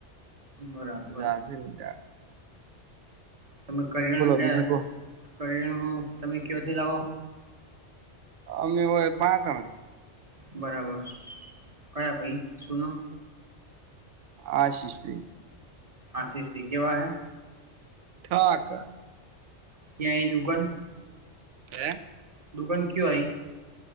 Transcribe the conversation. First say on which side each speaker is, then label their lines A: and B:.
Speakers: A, on the right (about 35°); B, on the right (about 85°).
A: બરાબર
B: જાસે ને ત્યારે
A: તમે કરીું ત્યા
B: બીજું કો
A: કરીલેહો તમે કયોથી લાવો
B: અમી ઑહે પા કણ
A: બરાબર કયા ભાઈ શુંનો
B: આશિષ ભાઈ
A: આફીષ ભી કેવા હૈ
B: ઠાક.
A: ત્યાં એ દુગન
B: હે
A: દુકાન કુ આઈ